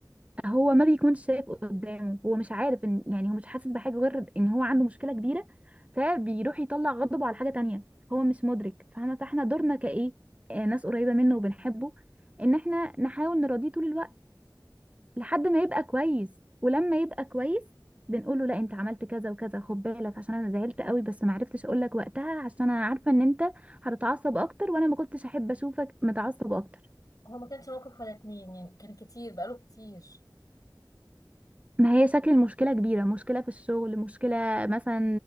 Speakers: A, on the right; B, on the left.
A: هو ما بيكونش شايف قدامه هو مش عارف ان يعني هو مش حاسس بحاجة غير ان هو عنده مشكلة كبيرة فبيروح يطلع غضبه على حاجة تانية هو مش مدرك فاهمة فاحنا دورنا كايه آه، ناس قريبة منه وبنحبه ان احنا نحاول نراضيه طول الوقت لحد ما يبقى كويس ولما يبقى كويس بنقول له لا انت عملت كذا وكذا خد بالك عشان انا زعلت قوي بس ما عرفتش اقول لك وقتها عشان انا عارفه ان انت هتتعصب اكتر وانا ما كنتش احب اشوفك متعصب اكتر
B: هو ما كانش موقف ولا اتنين يعني كان كتير بقاله كتير
A: ما هي شكل المشكلة كبيرة مشكلة في الشغل مشكلة مثلا